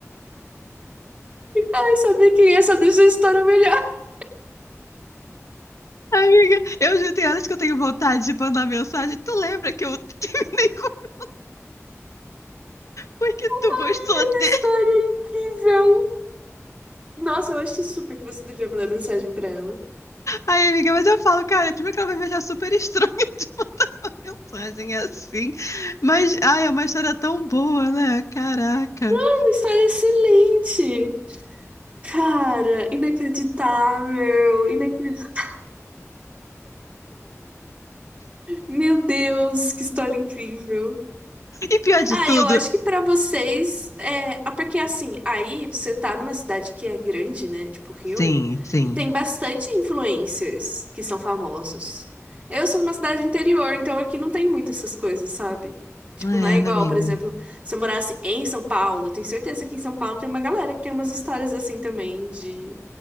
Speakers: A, on the right (about 25°); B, on the left (about 75°).
A: Ai, saber quem é só deixa a história melhor.
B: Amiga, eu já tem horas que eu tenho vontade de mandar mensagem. Tu lembra que eu <laughs> terminei com o foi que tu
A: Amiga,
B: gostou
A: que
B: dele?
A: história incrível! Nossa, eu acho super que você devia mandar mensagem pra ela.
B: Ai, amiga, mas eu falo, cara, primeiro que ela vai me achar super estranha <laughs> de mandar mensagem assim. Mas, ai, é uma história tão boa, né? Caraca.
A: Ai, Uma história excelente! Cara, inacreditável! Inacreditável! Meu Deus, que história incrível!
B: E pior de
A: Ah,
B: tudo.
A: eu acho que pra vocês é, ah, porque assim, aí você tá numa cidade que é grande, né? Tipo Rio,
B: Sim, sim.
A: que tem bastante influencers que são famosos. Eu sou numa cidade interior, então aqui não tem muito essas coisas, sabe? Tipo,
B: É,
A: não é igual,
B: né, amiga?
A: por exemplo, se eu morasse em São Paulo, tenho certeza que em São Paulo tem uma galera que tem umas histórias assim também de